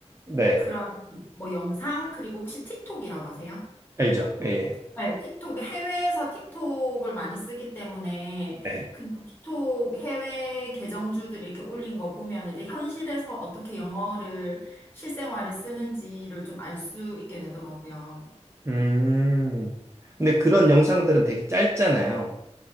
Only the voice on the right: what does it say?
네,
알죠. 예.
네.
음, 근데 그런 영상들은 되게 짧잖아요.